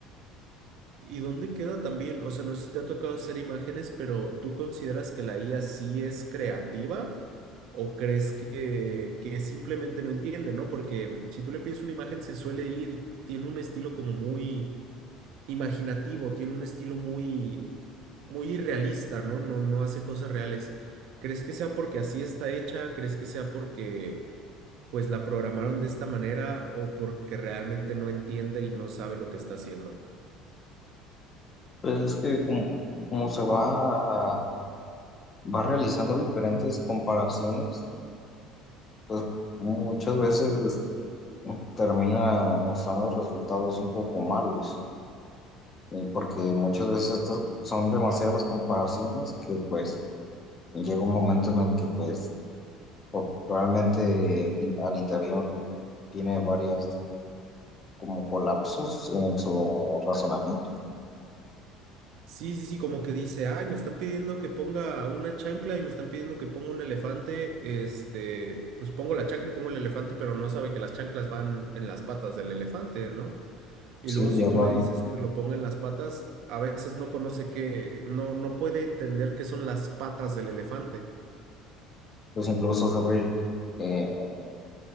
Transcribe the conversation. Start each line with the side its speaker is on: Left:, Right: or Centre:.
Right: ¿Y dónde queda también? O sea, no sé si te ha tocado hacer imágenes, pero ¿tú consideras que la IA sí es creativa? ¿O crees que, que simplemente no entiende, ¿no? Porque si tú le pides una imagen se suele ir y tiene un estilo como muy imaginativo, tiene un estilo muy, muy irrealista, ¿no? No, no hace cosas reales. ¿Crees que sea porque así está hecha? ¿Crees que sea porque pues la programaron de esta manera o porque realmente no entiende y no sabe lo que está haciendo?
Left: Pues es que como, como se va, va realizando diferentes comparaciones, pues muchas veces termina mostrando resultados un poco malos eh, porque muchas veces estas son demasiadas las comparaciones que pues llega un momento en el que pues po- probablemente in- al interior tiene varias como colapsos en su razonamiento.
Right: Sí, sí, sí, como que dice, ay, me están pidiendo que ponga una chancla y me están pidiendo que ponga un elefante, este, pues pongo la chancla y pongo el elefante, pero no sabe que las chanclas van en las patas del elefante, ¿no? Y
Left: Sí,
Right: luego si
Left: y aparte,
Right: tú le dices que lo ponga en las patas, a veces no conoce que, no, no puede entender qué son las patas del elefante.
Left: pues incluso se va a ir, eh,